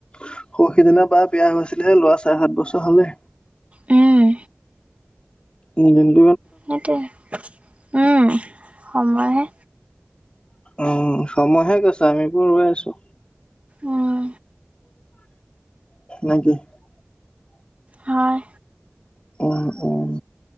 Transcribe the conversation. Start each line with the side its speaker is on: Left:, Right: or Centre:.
Left: সৰু সিদিনা বা বিয়া হৈছিলেহে লৰা চাৰে সাত বছৰ হলে।
Right: উম।
Left: উম উম।
Right: সেইটোয়ে, উম সময়হে
Left: উম সময়হে গৈছে আমিবোৰ ৰৈ আছো।
Right: উম
Left: নে কি?
Right: হয়।
Left: উম উম,